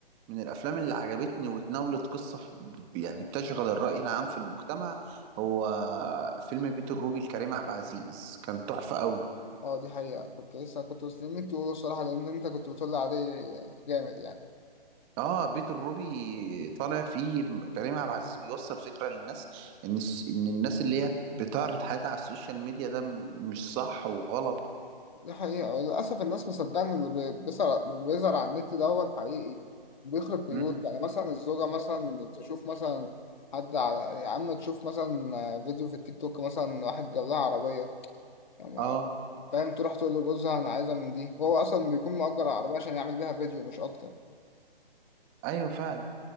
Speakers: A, on the right (about 15°); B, on the left (about 50°).
A: من الافلام اللي عجبتني وتناولت قصة ف- ب- يعني بتشغل الرأي العام في المجتمع هو فيلم بيت الروبي لكريم عبد العزيز كان تحفة قوي
B: اه دي حقيقة كنت لسه كنت مستنيك تقوله الصراحة لأن أنت كنت بتقولي عليه جامد يعني
A: اه بيت الروبي طالع فيه كريم عبد العزيز بيوصل فكرة للناس ان الس- ان الناس اللي هي بتعرض حياتها على السوشيال ميديا ده م- مش صح وغلط
B: دي حقيقة وللأسف الناس مصدقة إن اللي بي- بيظهر بيظهر على النت ده هو الحقيقي بيخرب بيوت
A: مم.
B: يعني مثلا الزوجة مثلا تشوف مثلا حد على يا عم تشوف مثلا آه، فيديو في التيك توك مثلا واحد جاب لها عربية ما
A: اه
B: فاهم تروح تقول لجوزها انا عايزه من دي وهو اصلا بيكون مأجر العربيه عشان يعمل بيها فيديو مش اكتر
A: ايوه فعلا